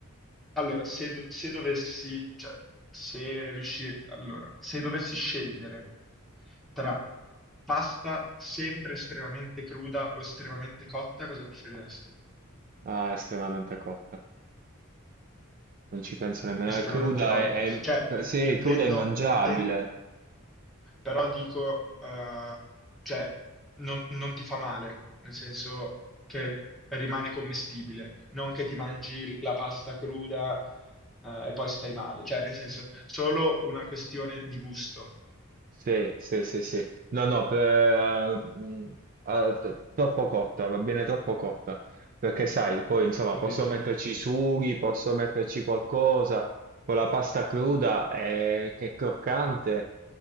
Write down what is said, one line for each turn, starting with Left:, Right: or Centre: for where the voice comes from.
Centre: Allora, se, do- se dovessi, cioè, se riusci- allora, se dovessi scegliere tra pasta sempre estremamente cruda o estremamente cotta, cosa preferiresti?
Right: Ah, è estremamente cotta. Non ci penso nemmeno.
Centre: Estremamente
Right: È cruda,
Centre: cotta.
Right: è,
Centre: Cioè,
Right: è- sì,
Centre: intendo,
Right: è cruda e mangiabile.
Centre: intendo, però dico, eh, cioè, non, non ti fa male, nel senso che rimane commestibile, non che ti mangi la pasta cruda, eh, e poi stai male, cioè, nel senso, solo una questione di gusto.
Right: Sì, sì, sì, sì. No, no, per- eh, mm, ah, t- troppo cotta, va bene troppo cotta, perché sai, poi insomma
Centre: Dice.
Right: posso metterci i sughi, posso metterci qualcosa, con la pasta cruda eh, che è croccante,